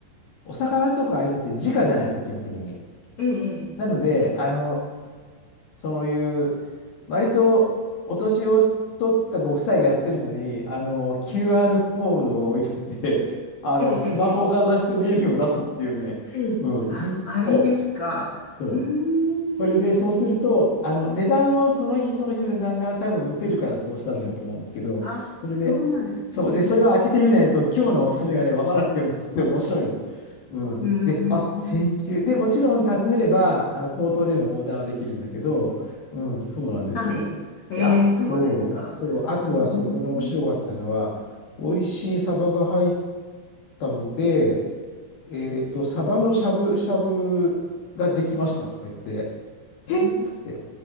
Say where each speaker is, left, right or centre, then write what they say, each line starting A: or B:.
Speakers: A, on the left; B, on the left.
A: お魚とかああいうのって直じゃないですか、基本的に。
B: ええ、
A: なので、
B: ええ、
A: あの、s- そういう、割とお年を取ったご夫妻がやってるのに、あの、QR
B: ええ、
A: コードが置いてあって、あの、
B: ええ、ええ、
A: スマホをかざしてメニューを出すっていうね、うん、
B: あ、あれですか。
A: そう、そう
B: うーん、
A: それで、そうすると、あの、値段を、その日その日の値段が多分打てるからそうしたんだと思うんですけど、
B: ええ、あ、
A: それで、
B: そうなんですね。
A: そう、で、それを開けてみないと、
B: うん、
A: 今日のおすすめがね、わからないようになってて面白いの。うん。
B: うん、うんうん
A: で、あ、選球。で、もちろん尋ねれば、あの、口頭でもオーダーはできるんだけど、うん、そうなんですよ。
B: はい。ええ、
A: で、あと、
B: そうですか。
A: そう、あとはそこの面白かったのは、
B: うーん、う
A: 美味しいサバが入ったので、えっと、サバのしゃぶしゃぶができましたとか言って、えっつって、
B: ん